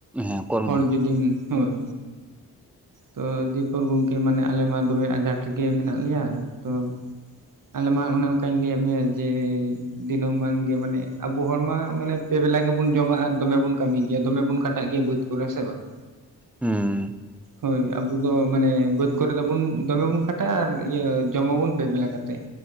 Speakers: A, in the centre; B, on the right.
A: ᱦᱮᱸ ᱠᱚᱨᱢᱚ
B: ᱦᱚᱲ
A: ᱦᱩᱭᱩᱜᱼᱟ
B: ᱡᱩᱫᱤᱢ ᱦᱳᱭ ᱛᱚ ᱫᱮᱭᱯᱚᱨ ᱜᱚᱢᱠᱮ ᱢᱟᱱᱮ ᱟᱞᱮ ᱢᱟ ᱫᱚᱢᱮ ᱟᱡᱷᱟᱴ ᱨᱮᱜᱮ ᱢᱮᱱᱟᱜ ᱞᱮᱭᱟ ᱛᱚ ᱟᱞᱮ ᱢᱟ ᱚᱱᱮ ᱚᱱᱠᱟᱧ ᱞᱟᱹᱭᱟᱫ ᱢᱮᱭᱟ ᱡᱮ ᱫᱤᱱᱟᱹᱢᱟᱱ ᱜᱮ ᱢᱟᱱᱮ ᱟᱵᱚ ᱦᱚᱲᱢᱟ ᱢᱟᱱᱮ ᱯᱮ ᱵᱮᱞᱟ ᱜᱮᱵᱚᱱ ᱡᱚᱢᱟ ᱟᱨ ᱫᱚᱢᱮ ᱵᱚᱱ ᱠᱟᱹᱢᱤ ᱜᱮᱭᱟ ᱫᱚᱢᱮ ᱵᱚᱱ ᱠᱟᱴᱟᱜ ᱜᱮᱭᱟ ᱵᱟᱹᱫᱽ ᱠᱚᱨᱮᱸ ᱥᱮ ᱵᱟᱝ
A: ᱦᱩᱸ
B: ᱦᱳᱭ ᱟᱵᱚ ᱫᱚ ᱢᱟᱱᱮ ᱵᱟᱹᱫᱽ ᱠᱚᱨᱮ ᱫᱚᱵᱚᱱ ᱫᱚᱢᱮ ᱵᱚᱱ ᱠᱷᱟᱴᱟᱜᱼᱟ ᱟᱨ ᱤᱭᱟᱹ ᱡᱚᱢᱟᱵᱚᱱ ᱯᱮ ᱵᱮᱞᱟ ᱠᱟᱛᱮ ᱛᱮᱫ